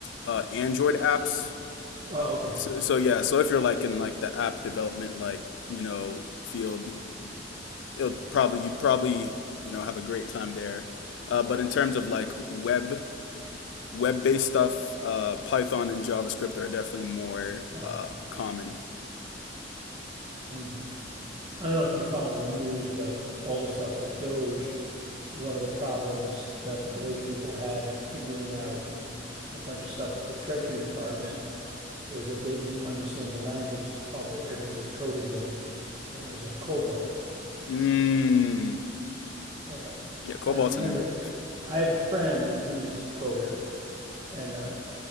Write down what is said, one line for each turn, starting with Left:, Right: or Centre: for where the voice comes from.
Left: uh, Android apps
Right: Oh okay.
Left: So, so yeah, so if you're like in like the app development like, you know, field, it'll probably you'd probably, you know, have a great time there. Uh, but in terms of like web web-based stuff, uh, Python and JavaScript are definitely more
Right: No,
Left: uh, common.
Right: um, I don't know if you follow the news, but all the stuff with Doge, one of the problems that the Doge people had figuring out a bunch of stuff at the Treasury Department was that they didn't understand the language. All the, everything was coded in, and it was in COBOL.
Left: Mm,
Right: And uh,
Left: yeah, Cobalt
Right: I remembered,
Left: and
Right: I have a friend who's a coder, and uh,